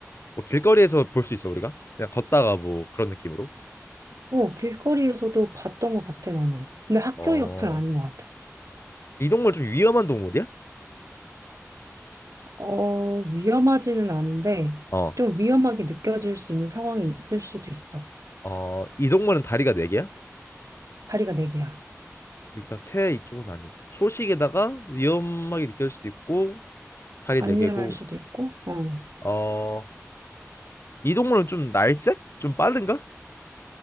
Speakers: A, on the left; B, on the right.
A: 뭐 길거리에서 볼 수 있어 우리가? 그냥 걷다가 뭐 그런 느낌으로?
B: 어, 길거리에서도 봤던 것 같아, 나는. 근데 학교
A: 어.
B: 옆은 아닌 것 같아.
A: 이 동물 좀 위험한 동물이야?
B: 어, 위험하지는 않은데
A: 어.
B: 좀 위험하게 느껴질 수 있는 상황이 있을 수도 있어.
A: 어, 이 동물은 다리가 네 개야?
B: 다리가 네 개야.
A: 일단 새 이쪽은 아니. 초식에다가 위험하게 느껴질 수도 있고 다리
B: 안
A: 네 개고.
B: 위험할 수도 있고. 어.
A: 어. 이 동물은 좀 날쌔? 좀 빠른가?